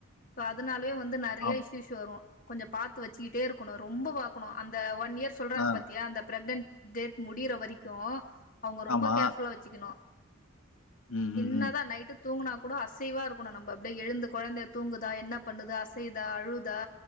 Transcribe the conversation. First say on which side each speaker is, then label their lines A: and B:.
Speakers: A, on the left (about 40°); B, on the left (about 70°).
A: சோ அதனாலயே வந்து நெறயா
B: ஆம்,
A: இஷ்யூஷ் வரு கொஞ்சோ பாத்து வெச்சுகிட்டே இருக்கணு ரொம்ப பாக்கணு அந்த ஒன் இயர் சொல்றாங்க
B: ஆ,
A: பாத்தியா அந்த ப்ரெக்னன் டேட் முடியற வரைக்கு அவுங்க ரொம்ப
B: ஆமா.
A: கேர்ஃபுல்லா வெச்சிக்கணு
B: ம்,
A: சின்னதா
B: ம், ம்,
A: நைட்டு தூங்னா கூட அசைவா இருக்கணு நம்ம அப்டே எழுந்து கொழந்த தூங்குதா என்ன பண்ணுது அசைதா அழுதா